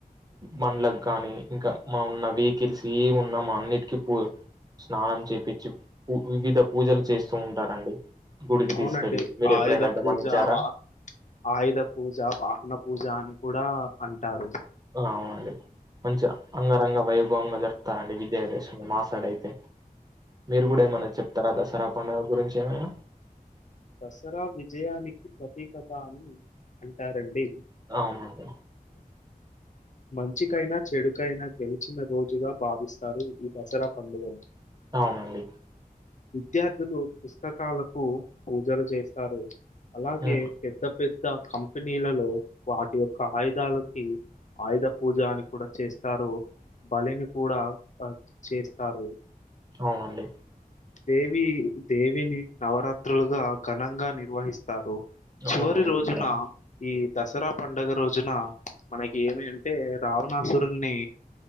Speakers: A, on the right (about 25°); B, on the left (about 50°).
A: బండ్లకు గాని ఇంకా మ ఉన్న వెహికల్స్ ఏంఉన్న మా అన్నిటికీ పూ స్నానం చేపిచ్చి వివిధ పూజలు చేస్తూ ఉంటారండి గుడికి
B: అవునండి
A: తీసుకెళ్ళి మీరు
B: ఆయుధ
A: ఎప్పుడైనా గమనించారా
B: పూజ వాహనపూజ ఆయుధ పూజ వాహన జ అని కూడా అంటారు
A: ఆ, అవునండి మంచిగా అంగరంగ వైభవంగా జరుపుతారండి విజయ దశమి మాసాడైతే మీరు కూడా ఏమన్నా చెప్తారా దసరా పండుగ గురించి ఏమైనా
B: దసరా విజయానికి ప్రతీకత అని అంటారండి
A: అవునండి
B: మంచికైనా చెడుకైనా గెలిచిన రోజుగా భావిస్తారు ఈ దసరా పండుగను
A: అవునండి
B: విద్యార్థులు పుస్తకాలకు పూజలు చేస్తారు అలాగే
A: హ్మ్.
B: పెద్ద పెద్ద కంపెనీలలో వాటి యొక్క ఆయుధాలకి ఆయుధ పూజ అని కూడా చేస్తారు బలిని కూడా అ చేస్తారు
A: అవునండి
B: దేవి దేవిని నవరాత్రులుగా ఘనంగా నిర్వహిస్తారు
A: అవునండి.
B: చివరి రోజున
A: ఇది కూడా
B: ఈ దసరా పండుగ రోజున మనకి ఏమి అంటే రావణాసురుణి